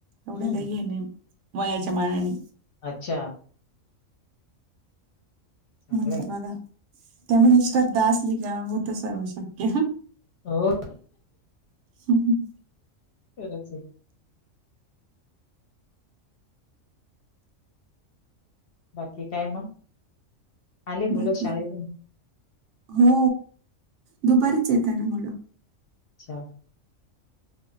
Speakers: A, on the right (about 70°); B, on the left (about 55°).
A: एवढे
B: हम्म.
A: काही हे नाही वयाच्या मानाने
B: अच्छा चांगलंय
A: म्हणट बघा त्यामुळे श्रद्धा असली का होत सर्व शक्य
B: हो
A: हम् हम
B: फरची बाकी काय मग आले
A: बाकी
B: मुलं शाळेतून
A: हो दुपारीच येत ना मुलं
B: अच्छा